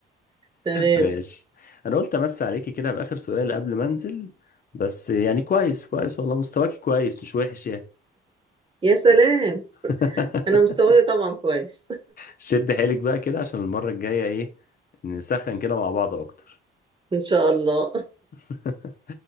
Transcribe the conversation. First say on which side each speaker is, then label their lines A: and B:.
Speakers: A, on the right; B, on the left.
A: تمام
B: ماشي انا قلت امس عليكي كده باخر سؤال قبل ما انزل بس يعني كويس كويس والله مستواكي كويس مش وحش يعني
A: يا سلام
B: <laughs>
A: انا مستواي طبعا كويس
B: شد حيلك بقى كده عشان المرة الجاية ايه نسخن كده مع بعض اكتر
A: <laughs> ان شاء الله
B: <laughs>